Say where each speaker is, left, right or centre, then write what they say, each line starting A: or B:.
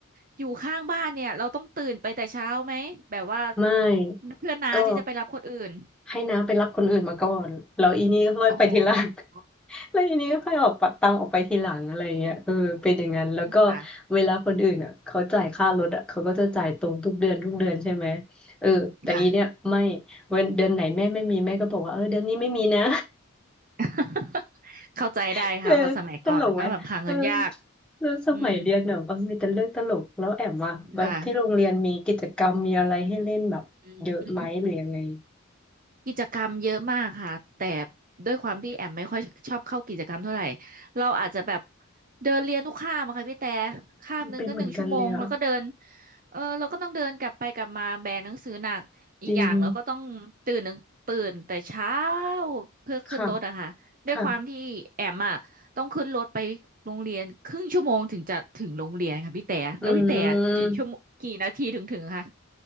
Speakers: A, on the right (about 40°); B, in the centre.
A: อยู่ข้างบ้านเนี่ยเราต้องตื่นไปแต่เช้าไหมแบบว่า
B: ไม่
A: เพื่อนน้าที่จะไปรับคนอื่น
B: ก็ ให้น้าไปรับคนอื่นมาก่อนแล้วอีนี่ก็ค่อยไปทีหลัง
A: อ๋อ
B: <laughs> แล้วอีนี่ก็ค่อยออกปะตามออกไปทีหลังอะไรอย่างเงี้ยเออเป็นอย่างนั้นแล้วก็
A: ค่ะ
B: เวลาคนอื่นอ่ะเขาจ่ายค่ารถอ่ะเขาก็จะจ่ายตรงทุกเดือนทุกเดือนใช่ไหมเออแต่อีเนี่ยไม่
A: ค่ะ
B: เว้นเดือนไหนแม่ไม่มีแม่ก็บอกว่าเออเดือนนี้ไม่มีนะ
A: <laughs> เข้าใจได้ค่ะเพราะสมัยก่อนมันก็แบบหาเงินยาก
B: <laughs> เออตลกไหมเออเรื่องสมัยเรียนเนี่ยมันมีแต่เรื่องตลกแล้วแอมว่าแบบที่โรงเรียนมีกิจกรรมมีอะไรให้เล่นแบบเยอะไหมหรือยังไง
A: อืมค่ะอืม กิจกรรมเยอะมากค่ะแต่ด้วยความที่แอมไม่ค่อยชอบเข้ากิจกรรมเท่าไหร่เราอาจจะแบบเดินเรียนทุกคาบอะค่ะพี่แต่คาบหนึ่งก็หนึ่งชั่วโมงแล้วก็เดิน
B: เป็นเหมือนกันเลยอ่ะ
A: เออเราก็ต้องเดินกลับไปกลับมาแบกหนังสือหนักอีกอย่างเราก็ต้องตื่นหนึ่งตื่นแต่เช้า
B: จริง
A: เพื่อขึ้นรถอะค่ะด้วยความที่แอมอะต้องขึ้นรถไปโรงเรียนครึ่งชั่วโมงถึงจะถึงโรงเรียนค่ะพี่แต่แล้วพี่แต่กี่ชั่วโมงกี่นาทีถึงถึงคะ
B: ค่ะ ค่ะ อืม